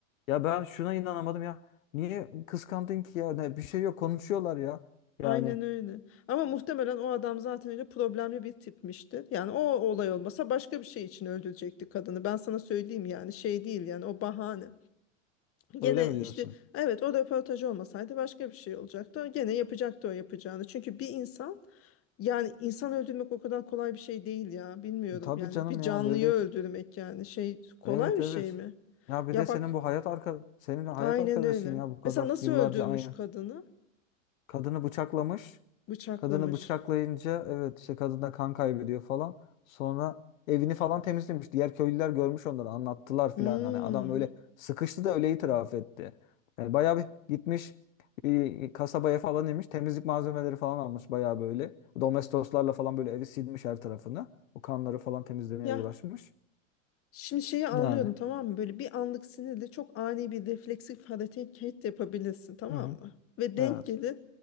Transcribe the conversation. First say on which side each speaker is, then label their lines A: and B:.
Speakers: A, on the left; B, on the left.
A: Ya ben şuna inanamadım ya. Niye kıskandın ki ya? Ne, bir şey yok konuşuyorlar ya. Yani
B: Aynen öyle. Ama muhtemelen o adam zaten öyle problemli bir tipmişti. Yani o olay olmasa başka bir şey için öldürecekti kadını. Ben sana söyleyeyim yani şey değil yani o bahane. Gene
A: Öyle mi diyorsun?
B: işte evet o röportaj olmasaydı başka bir şey olacaktı. O gene yapacaktı o yapacağını. Çünkü bir insan yani insan öldürmek o kadar kolay bir şey değil ya. Bilmiyorum
A: Tabii
B: yani
A: canım
B: bir canlıyı
A: ya böyle
B: öldürmek yani şey kolay
A: evet
B: bir
A: evet.
B: şey mi?
A: Ya bir
B: Ya
A: de senin
B: bak
A: bu hayat arka senin hayat
B: aynen
A: arkadaşın
B: öyle.
A: ya bu kadar
B: Mesela nasıl
A: yıllarca
B: öldürmüş
A: aynı.
B: kadını?
A: Kadını bıçaklamış.
B: Bıçaklamış.
A: Kadını bıçaklayınca evet işte kadın da kan kaybediyor falan. Sonra evini falan temizlemiş. Diğer köylüler görmüş onları anlattılar
B: Hmm.
A: filan. Hani adam öyle sıkıştı da öyle itiraf etti. Yani bayağı bir gitmiş e, kasabaya falan inmiş. Temizlik malzemeleri falan almış bayağı böyle. Domestoslarla falan böyle evi silmiş her tarafını. O kanları falan temizlemeye
B: Ya
A: uğraşmış.
B: Şimdi şeyi anlıyorum
A: Yani.
B: tamam mı? Böyle bir anlık sinirle çok ani bir refleksif hareket yapabilirsin tamam
A: Hı hı.
B: mı? Ve denk
A: Evet.
B: gelir